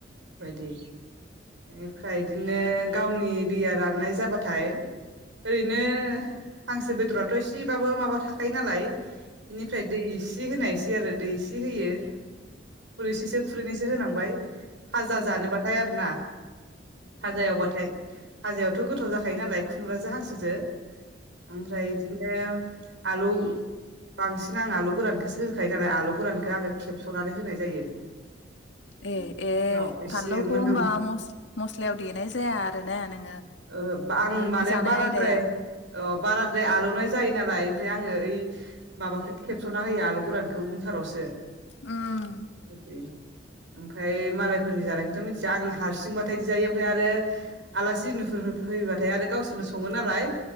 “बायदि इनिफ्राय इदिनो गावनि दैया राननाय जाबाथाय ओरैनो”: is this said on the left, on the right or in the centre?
Right